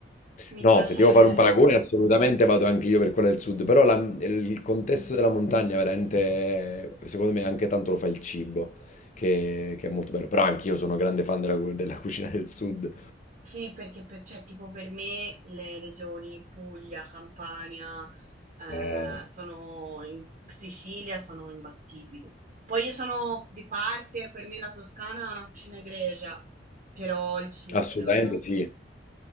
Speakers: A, on the right; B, on the left.
A: Mi
B: No,
A: piace,
B: se devo fare un paragone, assolutamente vado anche io per quella del sud, però la- il contesto della montagna veramente, secondo me, anche tanto lo fa il cibo, che, che è molto bello. Però anch'io sono grande fan della, cu- della <laughs> cucina del sud.
A: sì, perché per, cioè, tipo per me le regioni Puglia, Campania, eh,
B: Eh,
A: sono in- Sicilia sono imbattibili. Poi io sono di parte, per me la Toscana è una cucina egregia, però il sud...
B: assolutamente sì.